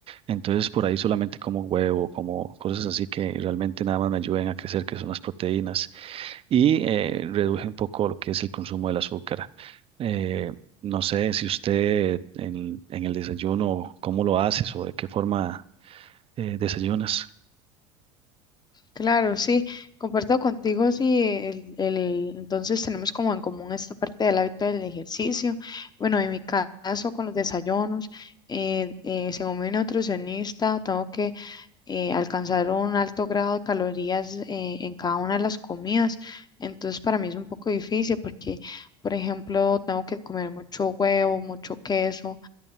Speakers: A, on the right; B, on the left.
A: entonces por ahí solamente como huevo, como cosas así que realmente nada más me ayuden a crecer, que son las proteínas, y eh, reduje un poco lo que es el consumo del azúcar. Eh, no sé si usted en, en el desayuno, cómo lo haces o de qué forma eh, desayunas.
B: Claro, sí, comparto contigo, sí, el, el- entonces tenemos como en común esta parte del hábito del ejercicio. Bueno, en mi caso con los desayunos, eh, eh, según mi nutricionista, tengo que eh, alcanzar un alto grado de calorías eh, en cada una de las comidas. Entonces para mí es un poco difícil porque, por ejemplo, tengo que comer mucho huevo, mucho queso,